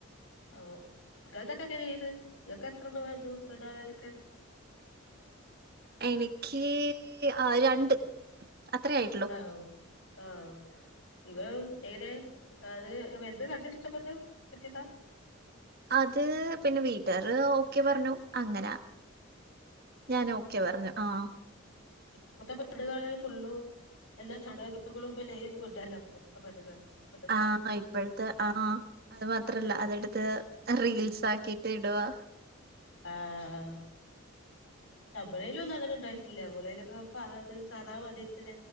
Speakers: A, on the left; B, on the right.
A: ഓഹ് ഇങ്ങക്കൊക്കെ എങ്ങനേർന്ന് ഇങ്ങക്ക് എത്ര എണ്ണം വന്നു പെണ്ണുകാണാലൊക്കെയേ
B: എനിക്ക് ആഹ് രണ്ട് അത്രേ ആയിട്ടുള്ളൂ
A: ആഹ് ആഹ് നിങ്ങള് ഏത് അത് എന്ത് കണ്ട് ഇഷ്ടപ്പെട്ടു കെട്ടിയതാ
B: അത് പിന്നെ വീട്ടുകാര് ഓക്കെ പറഞ്ഞു അങ്ങനാ ഞാൻ ഓക്കെ പറഞ്ഞു ആഹ്
A: ഇപത്തെ വീടുകണൽ ഫുൾ എല്ലാ ചട ബല ഒഡല്ലപ്പ <unintelligible>
B: ആഹ് ഇപ്പഴത്തെ ആഹ് അത് മാത്രല്ല
A: ഉം
B: അതെടുത്ത് റീൽസ് ആക്കിട്ട് ഇടുവാ
A: ആഹ് ഞമ്മളയില് ഒന്നും അങ്ങനെ ഉണ്ടായിട്ടില്ല ഞമ്മളയിലൊക്കെ അത് സാധാ മതിയത്തിൽ